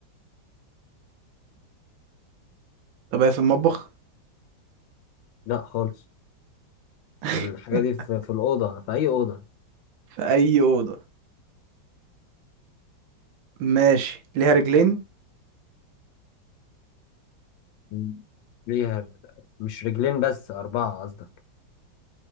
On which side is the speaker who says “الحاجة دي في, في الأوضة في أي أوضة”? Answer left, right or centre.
Left